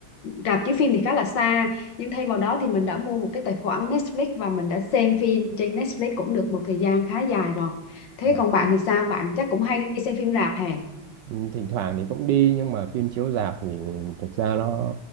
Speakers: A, on the left; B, on the right.
A: rạp chiếu phim thì khá là xa nhưng thay vào đó thì mình đã mua một cái tài khoản Netflix và mình đã xem phim trên Netflix cũng được một thời gian khá dài rồi. Thế
B: À.
A: còn bạn thì sao? Bạn chắc cũng hay đi xem phim rạp hè?
B: ừ, Thỉnh thoảng thì cũng đi nhưng mà phim chiếu rạp thì thực ra nó